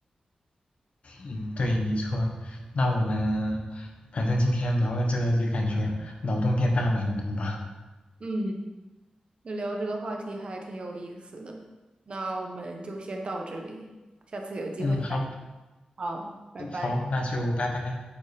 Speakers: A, on the left; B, on the right.
A: 嗯，对，没错。那我们反正今天聊了这个，就感觉脑洞变大了很多吧。
B: 嗯，那聊这个话题还挺有意思的，那我们就先到这里，下次有机会再聊。
A: 嗯，好，
B: 好，拜拜。
A: 好，那就拜拜。